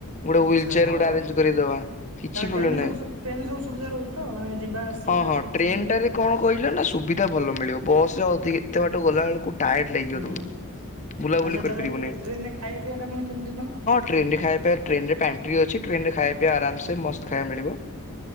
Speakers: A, on the left; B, on the right.
A: ଗୋଟେ
B: ଆଚ୍ଛା
A: ହ୍ୱିଲ ଚେୟାର
B: ହଉ
A: ଗୋଟେ ଆରଙ୍ଗେ କରିଦବା କିଛି
B: ତମେ
A: ପ୍ରୋବେଲମ
B: ଟ୍ରେନରେ
A: ନାଇଁ।
B: ସବୁ ସୁ ଟ୍ରେନରେ ସବୁ ସୁବିଧା ରହୁଛି ତ ମାନେ ଯିବା ଆସିବା
A: ହଁ ହଁ
B: କିଛି
A: ଟ୍ରେନଟାରେ କଣ କହିଲ ନା ସୁବିଧା ଭଲ ମିଳିବ ବସ୍ ରେ ଅଧିକ ଏତେ ବାଟ ଗଲାବେଳକୁ। ଟାଏଡ ଲାଗଯିବ
B: ହୁଁ
A: ତମକୁ ବୁଲାବୁଲି
B: ଆଚ୍ଛା
A: କରିପାରିବନି।
B: ତାହେଲେ ଟ୍ରେ ଟ୍ରେନରେ ଖାଇବା ପିଇବା ଟା ପୁଣି କେମିତି କଣ?
A: ଟ୍ରେନ ରେ ଖାଇବାବା ଟ୍ରେନ ରେ ପାଣ୍ଟ୍ରି ଅଛି ଟ୍ରେନରେ ଖାଇବା ଆରାମସ ମସ୍ତ ଖାଇବା ମିଳିବ।